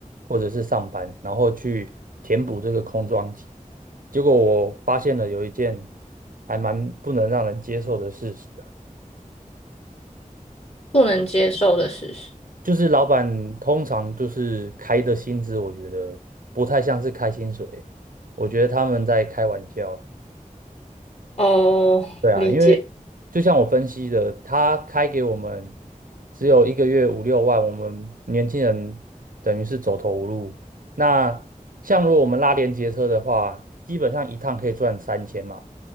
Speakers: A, on the right; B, on the left.
A: 或者是上班，然后去填补这个空窗期。结果我发现了有一件还蛮不能让人接受的事实。
B: 不能接受的事实？
A: 就是老板通常就是开的薪资，我觉得不太像是开薪水，我觉得他们在开玩笑。
B: 哦，
A: 对啊，
B: 理解。
A: 因为就像我分析的，他开给我们只有一个月五六万，我们年轻人等于是走投无路。那像如果我们拉连接车的话，基本上一趟可以赚三千嘛，